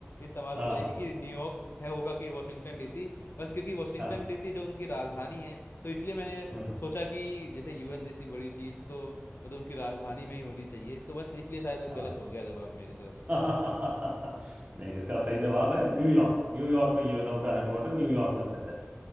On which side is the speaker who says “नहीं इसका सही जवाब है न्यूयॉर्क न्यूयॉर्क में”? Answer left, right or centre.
Right